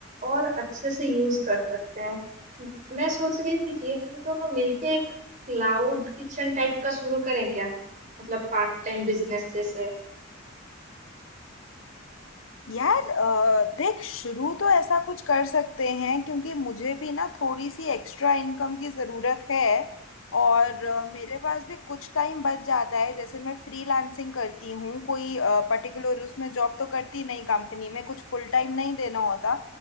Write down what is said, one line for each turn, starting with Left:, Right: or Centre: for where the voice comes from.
Right: और अच्छे से यूज कर सकते हैं मैं सोच रही थी कि हम दोनों मिलके एक क्लाउड किचन टाइप का शुरू करें क्या मतलब पार्ट टाइम बिजनेस जैसे
Left: यार अ, देख शुरू तो ऐसा कुछ कर सकते हैं क्योंकि मुझे भी ना थोड़ी सी एक्स्ट्रा इनकम की ज़रूरत है और अ, मेरे पास भी कुछ टाइम बच जाता है जैसे मैं फ्रीलांसिंग करती हूँ कोई पर्टिकुलर उसमें जॉब तो करती नहीं कंपनी में कुछ फुल टाइम नहीं देना होता